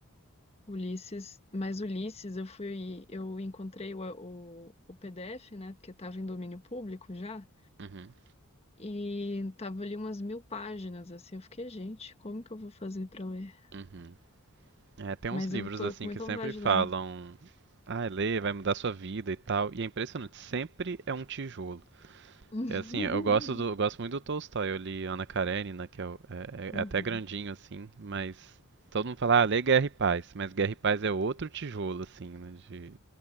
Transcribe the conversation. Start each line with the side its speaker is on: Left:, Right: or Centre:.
Left: Ulisses, mas Ulisses eu fui, eu encontrei o, o, o PDF, né? Porque tava em domínio público já.
Right: Uhum,
Left: E tava ali umas mil páginas, assim. Eu fiquei, gente, como que eu vou fazer pra ler?
Right: uhum. É, tem
Left: Mas
Right: uns livros
Left: eu tô
Right: assim
Left: com muita
Right: que sempre
Left: vontade
Right: falam,
Left: de ler.
Right: ah, lê, vai mudar sua vida e tal. E é impressionante, sempre é um tijolo.
Left: Uhum.
Right: É assim, eu gosto do, eu
Left: <laughs>
Right: gosto muito do Tolstói, eu li Ana Karenina, que é, o- é-
Left: Uhum.
Right: é é até grandinho assim, mas todo mundo fala, ah, lê Guerra e Paz, mas Guerra e Paz é outro tijolo assim, né, de